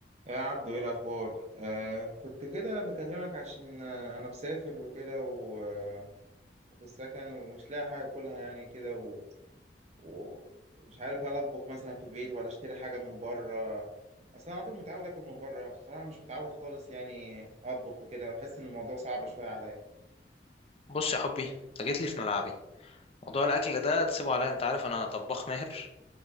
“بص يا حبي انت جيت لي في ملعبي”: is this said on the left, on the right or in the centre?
Left